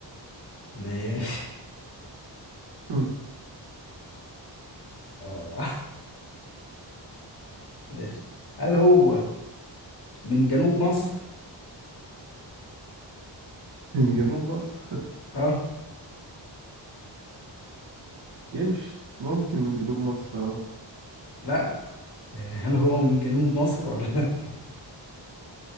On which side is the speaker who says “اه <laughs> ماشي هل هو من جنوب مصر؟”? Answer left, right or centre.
Left